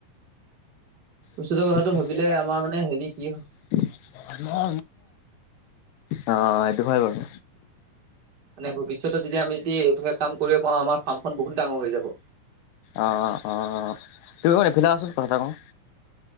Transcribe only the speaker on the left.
<inaudible> <unintelligible>
অ সেইটো হয় বাৰু।
অ অ অ তুমি এইপিনে আহচোন কথা এটা কওঁ